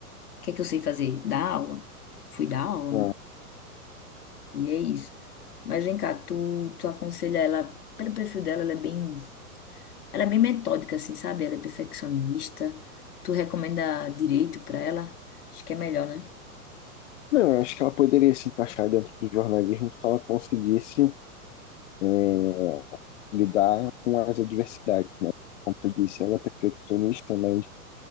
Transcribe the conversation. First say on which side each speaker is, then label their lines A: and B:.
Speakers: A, on the left; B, on the left.
A: que é que eu sei fazer? Dar aula. Fui dar aula,
B: ah,
A: né? E é isso. Mas vem cá, tu, tu aconselha ela, pelo perfil dela, ela é bem, ela é bem metódica, assim, sabe? Ela é perfeccionista. Tu recomenda direito para ela? Acho que é melhor, né?
B: não, eu acho que ela poderia se encaixar dentro do jornalismo se ela conseguisse eh, lidar com as adversidades, né? Como tu disse, ela é perfeccionista, mas